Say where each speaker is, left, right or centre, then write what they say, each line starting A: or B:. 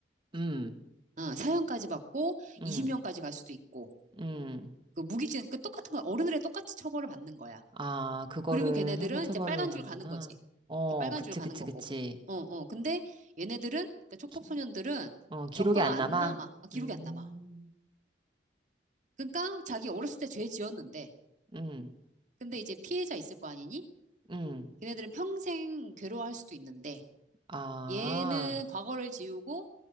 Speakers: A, on the right; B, on the right.
A: 응,
B: 어, 사형까지 받고
A: 응,
B: 20년까지 갈 수도 있고,
A: 응.
B: 그 무기징, 그 똑같은 거, 어른들의 똑같이 처벌을 받는 거야.
A: 아, 그거를
B: 그리고 걔네들은
A: 형사처벌로
B: 이제 빨간
A: 하는구나.
B: 줄 가는 거지.
A: 어,
B: 이렇게 빨간
A: 그치,
B: 줄 가는
A: 그치,
B: 거고.
A: 그치.
B: 어, 어. 근데 얘네들은, 그 촉법소년들은
A: 기- 어, 기록이
B: 전과가
A: 안
B: 안
A: 남아?
B: 남아. 아, 기록이
A: 음,
B: 안 남아. 그러니까 자기 어렸을 때 죄 지었는데,
A: 음,
B: 근데 이제 피해자 있을 거 아니니?
A: 음.
B: 걔네들은 평생 괴로워할 수도 있는데,
A: 아,
B: 얘는 과거를 지우고,